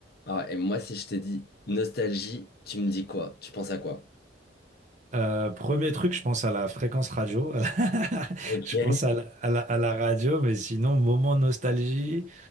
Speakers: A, on the left (about 55°); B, on the right (about 40°).
A: Ah, et moi, si je t'ai dit nostalgie, tu me dis quoi? Tu penses à quoi?
B: Euh, premier truc, je pense à la fréquence radio. <laughs>
A: Ok.
B: Je pense à la, à la- à la radio, mais sinon, moment nostalgie,